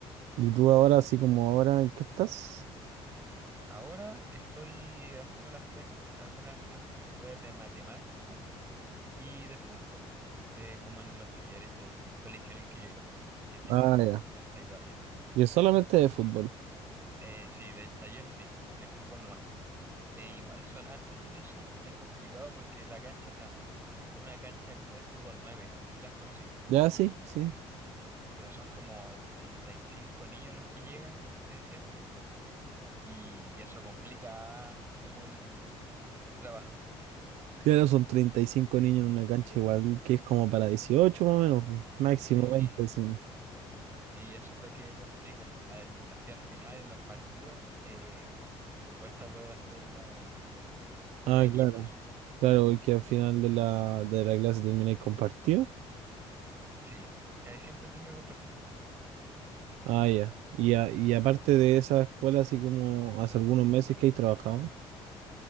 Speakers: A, on the right; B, on the right.
A: ¿Y tú ahora, así como ahora, en qué estás?
B: Ahora estoy haciendo las clases, algunas clases particulares de matemática y de fútbol, eh, como en los talleres del colegio en el que yo iba, que sigo
A: Ah,
B: haciendo
A: ya.
B: clases ahí todavía.
A: Yo solamente de fútbol.
B: Eh, sí, del taller sí, de fútbol nomás. E igual son hartos niños, sí, es complicado porque la cancha, o sea, es una cancha como de fútbol 9. no sé si las conocí,
A: Ya, sí, sí.
B: pero son como 35 niños los que llegan casi siempre y eso complica como el, el trabajo.
A: Claro, son 35 niños en una cancha igual que es como para 18 más o menos, po. máximo
B: Sí,
A: veinte sí.
B: sí, eso es lo que complica. Al, hacia el final en los partidos eh, cuesta poder hacerla o- los
A: Ah,
B: equipos.
A: claro, claro, porque al final de la, de la clase termináis compartido.
B: Sí, casi siempre termino con partido.
A: Ah, ya. Y, a- y aparte de esa escuela, así como hace algunos meses que he trabajado,